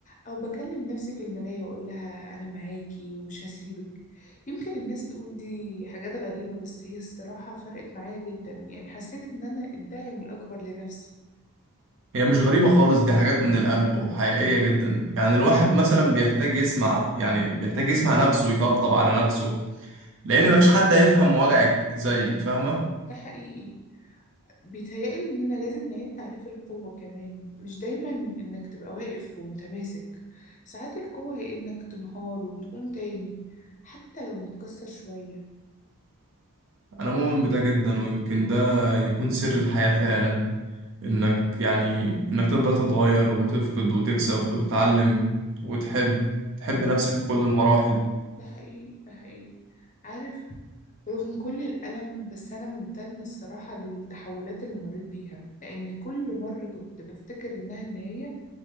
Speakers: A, on the left; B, on the right.
A: او بكلم نفسي في المراية واقول لها انا معاكي ومش هسيبك يمكن الناس تقول دي حاجات غريبة بس هي الصراحة فرقت معايا جدا يعني حسيت ان انا الداعم الاكبر لنفسي
B: هي مش غريبة خالص دي حاجات من القلب وحقيقية جدا يعني الواحد مثلا بيحتاج يسمع يعني بيحتاج يسمع نفسه يطبطب على نفسه لان مفيش حد هيفهم وجعك زيك فاهمه
A: ده حقيقي بيتهيألي إننا لازم نعيد تعريف القوة كمان مش دايما إنك تبقى واقف ومتماسك ساعات القوة هي إنك تنهار وتقوم تاني حتى لو متكسر شوية
B: انا مؤمن بده جدا ويمكن ده يكون سر الحياه فعلا انك يعني انك تفضل تتغير وتفقد وتكسب وتتعلم وتحب تحب نفسك في كل المراحل
A: ده حقيقي ده حقيقي عارف رغم كل الألم بس أنا ممتنة الصراحة للتحولات اللي مريت بيها لأن كل مرة كنت بفتكر إنها النهاية